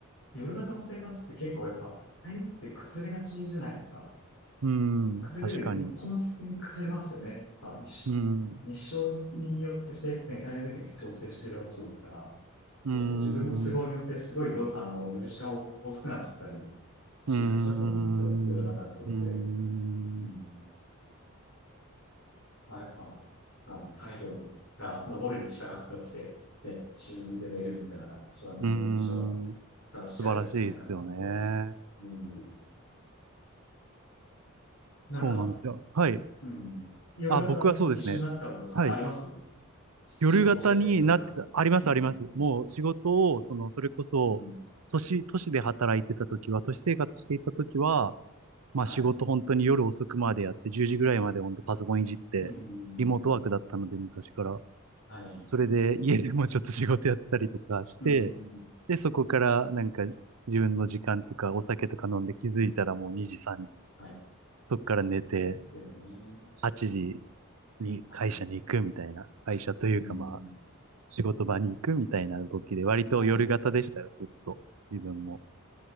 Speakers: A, on the left (about 65°); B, on the right (about 85°).
A: 夜型の生活って結構やっぱ、大変って崩れがちじゃないですか。
B: うーん。
A: 崩れる、
B: 確かに。
A: まあ、コンスペに崩れますよね。まあ、日照日照によってせ、
B: うーん。
A: ね、体内時計調整してるわけじゃないから、
B: うーん。
A: やっぱ自分の都合によってすごいの、
B: う
A: あの、寝る時間を遅くなっちゃったりしがちだと思うんですよ。
B: ーん。
A: 夜型の人って。
B: うーん。
A: うん。まあ、やっぱ、あの、太陽が昇るに従って起きて、ね、沈んで寝るみたいなのが一番人間としては
B: うーん。
A: 正しいやり方じゃないかなと。
B: 素晴らしいですよね。
A: うん。なんか、
B: そうなんですよ。はい。
A: うん。夜型に一緒になったこととかあります
B: あ、僕はそうですね。はい。
A: 仕事をしてて、
B: 夜型になってた、
A: 夜が、
B: あります、
A: うん、
B: あります。もう仕事を、その、それこそ、
A: うん、
B: 都市、都市で働いてた時は、都市生活していた時は、
A: はい、
B: まあ仕事本当に夜遅くまでやって、10時ぐらいまで本当パソコンいじって、
A: うん、
B: リモートワークだったので、昔から。
A: はい、
B: それで家でもちょっと仕事やったりとかして、
A: うん、
B: で、そこからなんか自分の時間とかお酒とか飲んで気づいたらもう2時、3時。
A: はい。
B: そこから寝て、
A: ですよね。
B: 8時に会社に行くみたいな、
A: はい、
B: 会社というかま
A: うん、
B: 仕事場に行くみたいな動きで、割と夜型でしたよ、
A: はい。
B: ずっと。自分も。